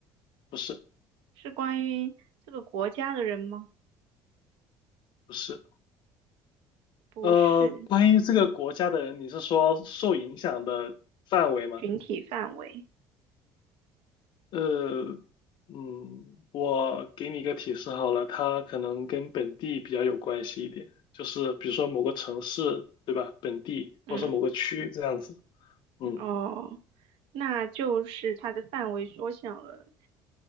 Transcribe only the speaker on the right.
是关于这个国家的人吗？
不是，
群体范围。
嗯，
哦，那就是它的范围缩小了。